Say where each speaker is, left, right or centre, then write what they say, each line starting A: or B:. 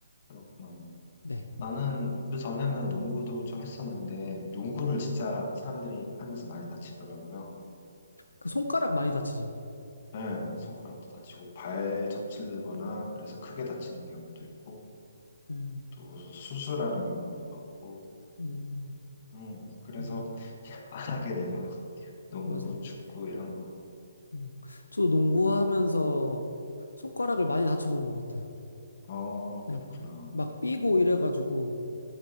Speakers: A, on the left (about 45°); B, on the left (about 85°).
A: 그렇구나.
B: 네,
A: 나는 그 전에는 농구도 좀 했었는데 농구를
B: 음,
A: 진짜 사람들이 하면서 많이 다치더라고요.
B: 그 손가락 많이 다치죠.
A: 네, 손가락도 다치고 발 접질거나 그래서 크게 다치는 경우도 있고
B: 네,
A: 또 수술하는 경우도 있고.
B: 음,
A: 음, 그래서
B: 맞아요,
A: 안 하게 되는 것 같아요. 농구,
B: 맞아요.
A: 축구 이런 거.
B: 음. 저도 농구하면서 손가락을 많이 다쳐본 것 같아요.
A: 어,
B: 네,
A: 그렇구나.
B: 막 삐고 이래가지고.